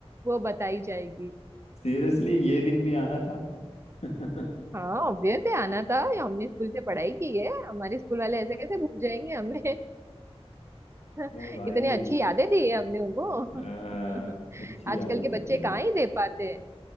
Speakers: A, on the right; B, on the left.
A: वो बताई जाएगी
B: सीरियसली ये दिन भी आना था <laughs>
A: हाँ ऑब्वियस है आना था ये हमने स्कूल से पढ़ाई की है हमारे स्कूल वाले ऐसे कैसे भूल जाएंगे हमें
B: ओ
A: <laughs>
B: भाई
A: इतनी अच्छी यादें दी है हमने उनको <laughs>
B: आ, अच्छी
A: आजकल
B: आदत
A: के बच्चे
B: थी
A: कहाँ
B: यार
A: ही दे पाते हैं